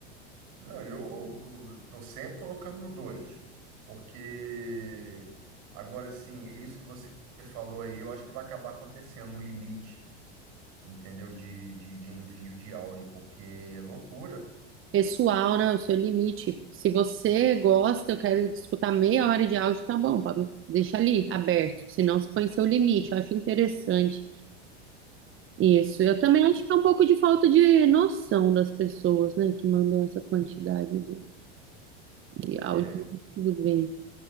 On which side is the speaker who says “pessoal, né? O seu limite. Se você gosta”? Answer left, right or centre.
Right